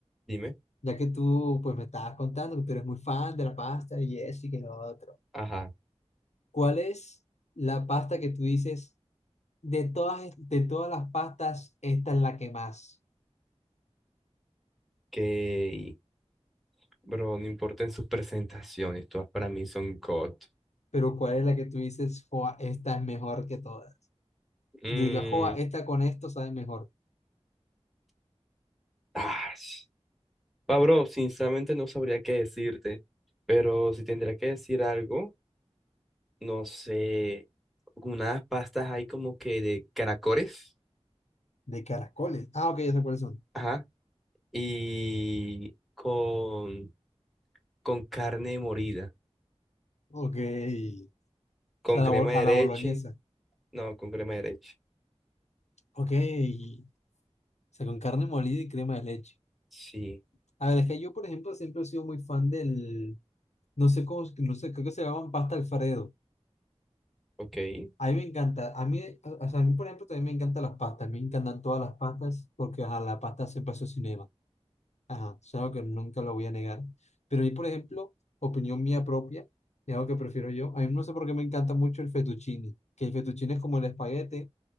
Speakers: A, in the centre; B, on the left (about 90°).
A: Dime.
B: ya que tú pues me estabas contando que tú eres muy fan de la pasta y eso y que lo otro,
A: Ajá.
B: ¿cuál es la pasta que tú dices de todas, es- de todas las pastas, esta es la que más?
A: Que, bro, no importa en sus presentaciones, todas para mí son God.
B: Pero ¿cuál es la que tú dices, joa, esta es mejor que todas?
A: Mm,
B: Que tú digas, joa, esta con esto sabe mejor.
A: ah, sh- pa, bro, sinceramente no sabría qué decirte, pero si tendría que decir algo, no sé, unas pastas ahí como que de caracoles,
B: De caracoles. Ah, ok, ya sé cuáles son.
A: ajá, y con, con carne morida,
B: Ok. O
A: con
B: sea, a
A: crema
B: la, bo-
A: de
B: a la
A: leche
B: boloñesa.
A: No, con crema de leche.
B: Ok. O sea, con carne molida y crema de leche.
A: Sí,
B: A ver, es que yo, por ejemplo, siempre he sido muy fan del... no sé cómo, no sé, creo que se llaman pasta Alfredo.
A: ok.
B: A mí me encanta, a mí, o sea, a mí, por ejemplo, también me encantan las pastas, me encantan todas las pastas, porque ajá, la pasta siempre ha sido cinema, ajá, es algo que nunca lo voy a negar. Pero a mí, por ejemplo, opinión mía propia, es algo que prefiero yo, a mí no sé por qué me encanta mucho el fettuccine, que el fettuccine es como el espaguete,